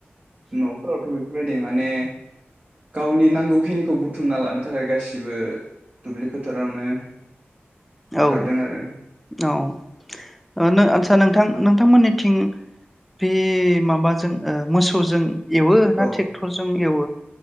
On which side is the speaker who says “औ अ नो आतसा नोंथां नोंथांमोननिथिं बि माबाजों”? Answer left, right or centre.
Centre